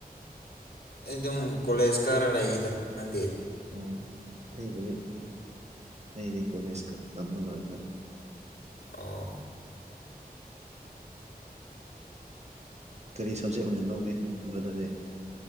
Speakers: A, on the left (about 80°); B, on the right (about 45°).
A: ꯑꯩ ꯑꯗꯨꯝ ꯀꯣꯂꯦꯖ ꯈꯔ ꯂꯩꯔꯤꯗ ꯅꯪꯗꯤ
B: ꯑꯣ ꯑꯩꯕꯨꯗꯤ ꯑꯩꯗꯤ ꯀꯦ ꯇꯝꯕ ꯂꯣꯏꯗ꯭ꯔꯦ
A: ꯑꯣ
B: ꯀꯔꯤ ꯁꯕꯖꯦꯛ ꯑꯣꯏꯅ ꯂꯧꯒꯦ ꯕ꯭ꯔꯗꯔꯗꯤ